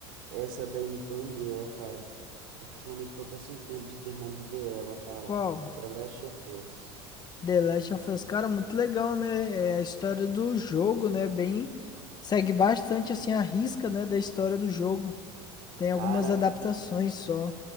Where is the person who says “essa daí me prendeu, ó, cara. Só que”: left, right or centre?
Right